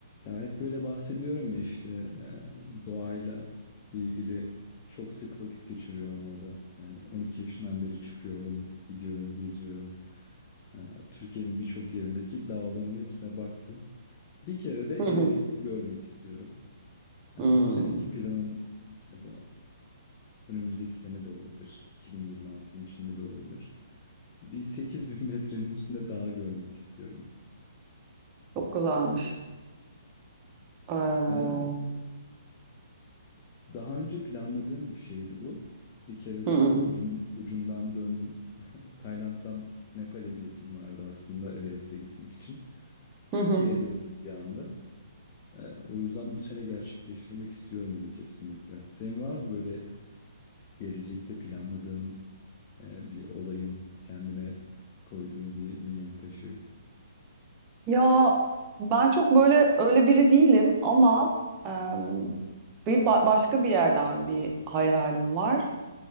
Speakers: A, on the left; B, on the right.
A: Ya hep böyle bahsediyorum ya işte e, doğayla ilgili çok sık vakit geçiriyorum orada. Yani 12 yaşından beri çıkıyorum, gidiyorum, geziyorum. E, Türkiye'nin birçok yerindeki dağların hepsine baktım. Bir kere de Everest'i
B: Hı hı.
A: görmek istiyorum. Yani
B: Hmm.
A: bu seneki planım ya da önümüzdeki sene de olabilir. 2026'nın içinde de olabilir. Bir 8000 metrenin üstünde dağ görmek istiyorum.
B: Çok güzelmiş. Ee, hı
A: Yani Daha önce planladığım bir şeydi bu. Bir kere
B: hı.
A: de ucun, ucundan döndüm. <laughs> Tayland'dan Nepal'e biletim vardı aslında Everest'e gitmek için. Türkiye'ye
B: Hı hı.
A: döndüm bir anda. Ee, o yüzden bu sene gerçekleştirmek istiyorum bunu kesinlikle. Senin var mı böyle gelecekte planladığın e, bir olayın, kendine koyduğun bir mihenk taşı?
B: Ya ben çok böyle öyle biri değilim ama em, bir ba- başka bir yerden bir hayalim var.